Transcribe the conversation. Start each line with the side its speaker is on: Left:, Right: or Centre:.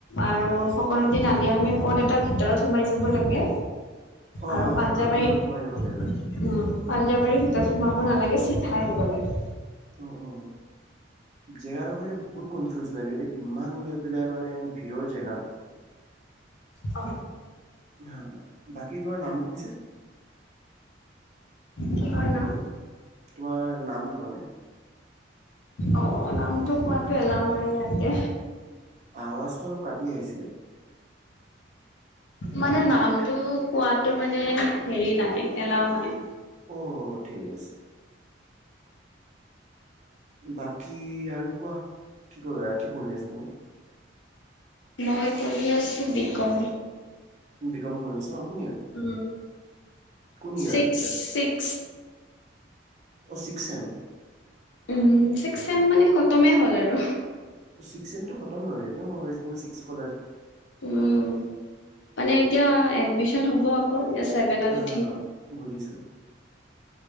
Left: আৰু সকলো দিন আলি আহমে পদ এটা ভিতৰত সোমাই যাব লাগে
Right: অ
Left: আৰু পাঞ্জাবাৰীত
Right: সেইখন ভিতৰত সোমাই যাব লাগে বাৰু
Left: পাঞ্জাবাৰীৰ ভিতৰত সোমাব নালাগে চিধাই আহিব লাগে।
Right: অ অ জেগাডোখৰ যে বহুত কনফিউজ লাগে এ ইমান গৈ পেলাই মানে ভিৰৰ জেগা <inaudible>
Left: অ
Right: হা বাকী তোমাৰ নামটো পিছে
Left: কিহৰ নাম
Right: তোমাৰ নামটো মানে
Left: অ নামটো কোৱাতো এলাও নাই ইয়াতে
Right: আৱাজটো অলপ কাটি আহিছিলে
Left: মানে নামটো কোৱাতটো মানে হেৰি নাই এলাও নাই
Right: অ ঠিক আছে বাকী আৰু কোৱা কি কৰা কি পঢ়ি আছা
Left: মই পঢ়ি আছোঁ বিকম
Right: বিকম পঢ়ি আছা ন কোন ইয়াৰ?
Left: উ
Right: কোন ইয়াৰ?
Left: চিস্ক চিস্ক
Right: অ' six sem
Left: um six sem মানে খতমেই হ'ল আৰু
Right: ছিক্স ছেমটো খতমে হল এটো মই তুমি ছিক্স কলা যে
Left: উম মানে এতিয়া এডমিশন হব আকৌ তেতিয়া ছেভেনত
Right: হা
Left: উঠিম
Right: হা বুজিছো